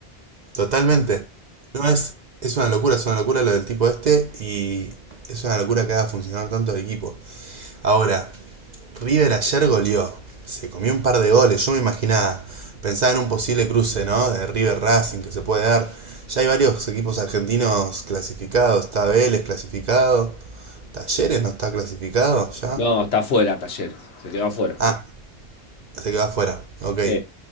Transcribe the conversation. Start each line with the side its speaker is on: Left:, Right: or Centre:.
Right: Totalmente. No es. Es una locura, es una locura lo del tipo este. Y es una locura que haga funcionar tanto el equipo. Ahora, River ayer goleó. Se comió un par de goles. Yo me imaginaba, pensaba en un posible cruce, ¿no? De River Racing que se puede dar. Ya hay varios equipos argentinos clasificados. Está Vélez clasificado. Talleres no está clasificado ya.
Left: No, está fuera. Talleres. Se quedó afuera.
Right: Ah, se quedó afuera. Ok.
Left: Sí.